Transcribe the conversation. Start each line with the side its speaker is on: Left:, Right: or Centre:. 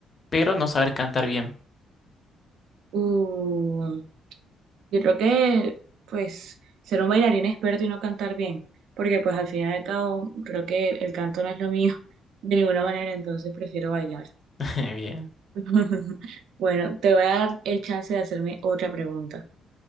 Left: pero no saber cantar bien?
Right: Uh, Yo creo que, pues, ser un bailarín experto y no cantar bien, porque pues al final y al cabo creo que el canto no es lo mío de ninguna manera, entonces prefiero bailar.
Left: <laughs> Bien.
Right: <laughs> Bueno, te voy a dar el chance de hacerme otra pregunta.